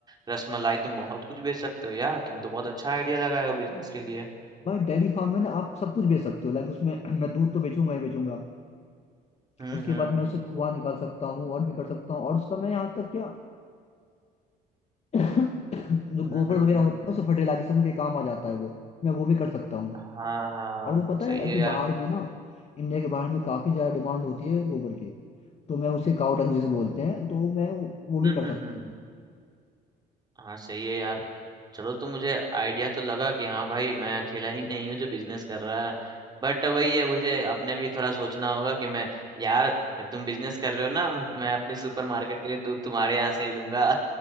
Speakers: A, on the right; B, on the left.
A: रसमलाई तुम बहुत कुछ बेच सकते हो यार तुम तो बहुत अच्छा आइडिया लगाए हो बिजनेस के लिए
B: भाई डेयरी फार्म में ना आप सब कुछ बेच सकते हो लाइक उसमें <clears throat> मैं दूध तो बेचूंगा ही बेचूंगा
A: हम्म
B: उसके
A: हम्म
B: बाद मैं उससे खोआ निकाल सकता हूँ और भी कर सकता हूँ और उसका मैं यहाँ तक क्या <clears throat> <coughs> जो
A: हम्म
B: गोबर
A: हम्म
B: वगैरह होता है उसे फर्टिलाइजेशन के काम आ जाता है वो मैं वो भी कर सकता हूँ
A: हाँ हाँ
B: और वो पता
A: सही
B: है
A: है
B: कि
A: यार
B: बाहर में ना इंडिया के बाहर में काफी ज्यादा डिमांड होती है गोबर की तो मैं उसे काउ डंग जिसे बोलते हैं तो मैं वो वो भी
A: हम्म
B: कर
A: हम्म
B: सकता
A: हम्म
B: हूँ
A: हाँ सही है यार चलो तो मुझे आइडिया तो लगा कि हाँ भाई मैं अकेला ही नहीं हूँ जो बिजनेस कर रहा है बट वही है मुझे अपने भी थोड़ा सोचना होगा कि मैं यार जब तुम बिजनेस कर रहे हो ना <laughs> मैं अपने सुपरमार्केट के लिए दूध तुम्हारे यहाँ से ही लूंगा